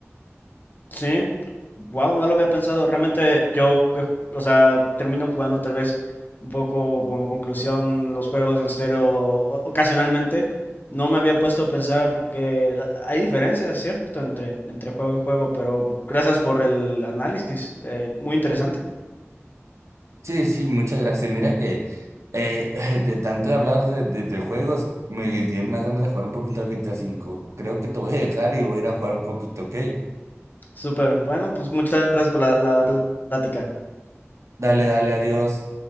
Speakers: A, on the left; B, on the right.
A: Sí. Wow, no lo había pensado. Realmente yo, eh, o sea, termino jugando tal vez un poco como conclusión los juegos en cero o- ocasionalmente. No me había puesto a pensar que la- hay diferencias, ¿cierto? Entre, entre juego y juego, pero gracias por el análisis. eh, muy interesante.
B: Sí, sí, muchas gracias. Mira que eh, <laughs> de tanto de hablar de, de, de juegos, me dieron unas ganas de jugar un poquito al GTA cinco Creo que te voy a dejar y voy a ir a jugar un poquito, ¿ok?
A: Súper. Bueno, pues muchas gracias por la, la plática.
B: Dale, dale, adiós.